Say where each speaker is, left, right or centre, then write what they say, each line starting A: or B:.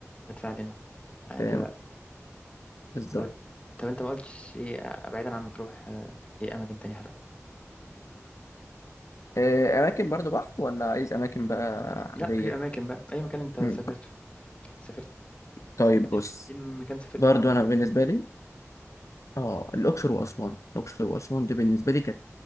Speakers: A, on the left (about 25°); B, on the left (about 75°).
A: وادفع لنا عادي
B: فاهم
A: بقى
B: بالظبط
A: طب طب انت ما قلتش ايه آه، بعيدا عن مطروح آه، ايه اماكن تانية حلوه
B: آه، أماكن برضو بحر ولا عايز أماكن بقى
A: لا
B: عادية
A: اي اماكن بقى اي مكان انت سافرته
B: مم.
A: يعني سافرت
B: طيب
A: فين
B: بص
A: فين مكان سافرته
B: برضو
A: وعجبك
B: أنا بالنسبة لي آه الأقصر وأسوان الأقصر وأسوان دي بالنسبة لي كانت